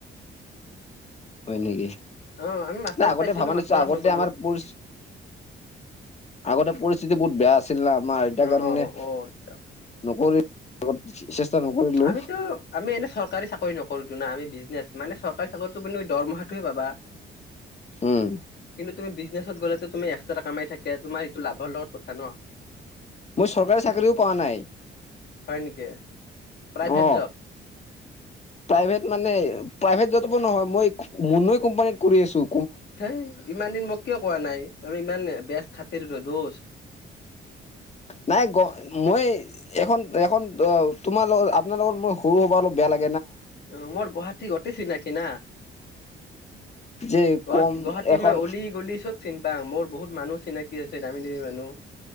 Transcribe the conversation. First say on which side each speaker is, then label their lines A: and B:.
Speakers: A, on the left; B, on the left.
A: হয় নেকি
B: অ আমি মাষ্টাৰত
A: না আগতে
B: পাইছিলো
A: ভবা
B: মাষ্টাৰত
A: নাছিলোঁ আগতে
B: নগলো
A: আমাৰ পছ আগতে পৰিস্থিতি বহুত বেয়া আছিল আমাৰ আইতা‌
B: অ
A: কাৰণে
B: অ অ আচ্ছা
A: নকৰি চেষ্টা নকৰিলো
B: আমিতো আমি এনে চৰকাৰী চাকৰি নক চাকৰিটো ন আমি বিজনেছ মানে চৰকাৰী চাকৰিটো দৰমহাটোহে পাবা
A: উম
B: কিন্তু তুমি বিজনেচত গ'লেতো তুমি কামাই থাকে তোমাৰ সেইটো লাভৰ লগত কথা ন
A: মই চৰকাৰী চাকৰিও পোৱা নাই
B: হয় নেকি? প্ৰাইভেট
A: অ
B: জব
A: প্ৰাইভেট মানে প্ৰাইভেট যপো নহয় মই মুন্নুই কোম্পানীত কৰি আছোঁ
B: হে ইমান দিন মোক কিয় কোৱা নাই আমি ইমান বেচ খাতিৰত দুশ
A: নাই গ মই এখন এখন অ তোমাৰ লগ আপোনাৰ লগত মোৰ সৰু হবা অলপ বেলেগ
B: অ মোৰ গুৱাহাটী গটেই চিনাকি না
A: যে
B: গুৱা
A: কম
B: গুৱাহাটী
A: এখন
B: মই অলি গলি চব চিন পাওঁ মোৰ বহুত মানুহ চিনাকি আছে দামী দামী মানুহ